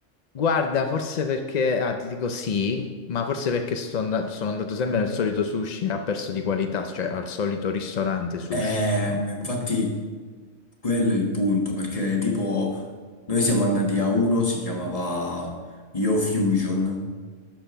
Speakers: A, on the left; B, on the left.
A: Guarda, forse perché, ah, ti dico sì, ma forse perché sto and- sono andato sempre nel solito sushi e ha perso di qualità, cioè al solito ristorante sushi.
B: Eh,
A: so.
B: ma infatti quello è il punto, perché tipo noi siamo andati a uno, si chiamava Yo Fusion,